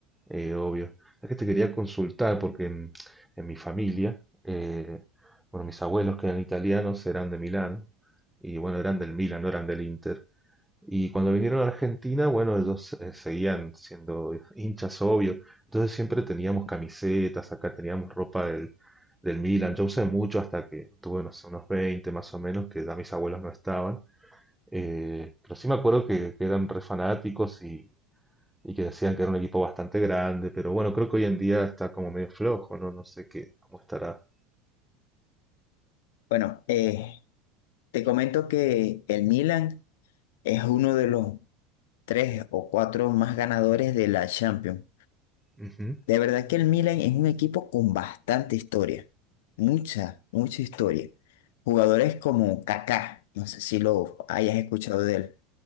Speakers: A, in the centre; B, on the left.
A: Eh, obvio. Es que te quería consultar porque en, en mi familia, eh, bueno, mis abuelos que eran italianos eran de Milán y bueno, eran del Milan, no eran del Inter. Y cuando vinieron a Argentina, bueno, ellos eh, seguían siendo hinchas, obvio. Entonces siempre teníamos camisetas, acá teníamos ropa del, del Milan. Yo usé mucho hasta que tuve, no sé, unos 20 más o menos, que ya mis abuelos no estaban. Eh, pero sí me acuerdo que, que eran re fanáticos y que decían que era un equipo bastante grande, pero bueno, creo que hoy en día está como medio flojo, ¿no? No sé qué, cómo estará.
B: Bueno, eh, te comento que el Milan es uno de los tres o cuatro más ganadores de la Champions.
A: Ujú.
B: De verdad que el Milan es un equipo con bastante historia, mucha, mucha historia. Jugadores como Kaká, no sé si lo hayas escuchado de él.